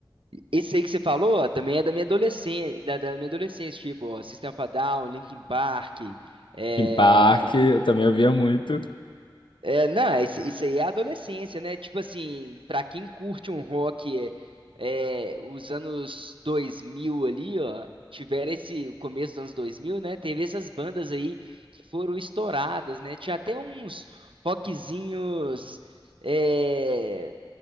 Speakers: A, on the right; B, on the left.
A: Esse aí que você falou ó, também é da minha adolescência, da, da minha adolescência, tipo, ó, System of a Down, Linkin Park, é...
B: Linkin Park, eu também ouvia muito.
A: é, não, isso, isso aí é a adolescência, né? Tipo assim, pra quem curte um rock é, é, os anos 2000 ali, ó, tiveram esse, o começo dos anos 2000, né? Teve essas bandas aí que foram estouradas, né? Tinha até uns rockzinhos é,